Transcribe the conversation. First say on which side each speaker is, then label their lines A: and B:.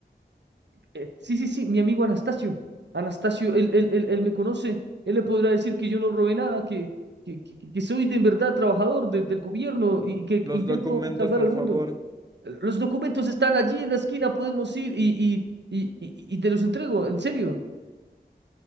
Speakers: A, on the right; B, on the right.
A: Eh, sí, sí, sí, mi amigo Anastasio. Anastasio, él, él, él, él me conoce. Él le podrá decir que yo no robé nada, que, que, que- que soy de en verdad trabajador de- del gobierno y que
B: Los
A: intento
B: documentos,
A: salvar
B: por
A: al
B: favor.
A: mundo. Eh, Los documentos están allí en la esquina, podemos ir y, y, y, y- y te los entrego, en serio.